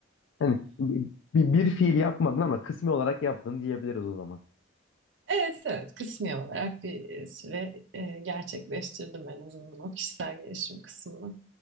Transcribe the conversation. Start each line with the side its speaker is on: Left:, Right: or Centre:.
Left: hani bi- bi- bir, fiil yapmadın ama kısmi olarak yaptın diyebiliriz o zaman.
Right: Evet evet kısmi olarak bir e, süre e, gerçekleştirdim en azından o kişisel gelişim kısmını.